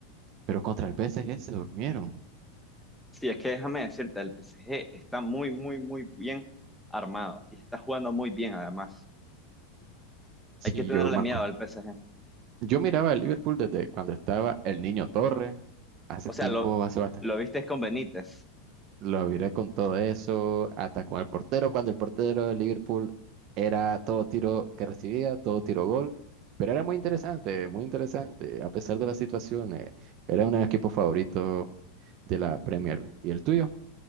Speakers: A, on the right; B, in the centre.
A: pero contra el PSG se durmieron.
B: Sí, es que déjame decirte, el PSG está muy, muy, muy bien armado y está jugando muy bien además.
A: Sí,
B: Hay que tenerle
A: yo me
B: miedo
A: acuerdo.
B: al PSG.
A: Yo miraba el Liverpool desde cuando estaba el Niño Torre, hace
B: O
A: tiempo,
B: sea, lo,
A: hace bastante
B: lo viste con Benítez.
A: Lo viré con todo eso, atacó al portero cuando el portero de Liverpool era todo tiro que recibía, todo tiro gol, pero era muy interesante, muy interesante, a pesar de las situaciones, era un equipo favorito de la Premier League. ¿Y el tuyo?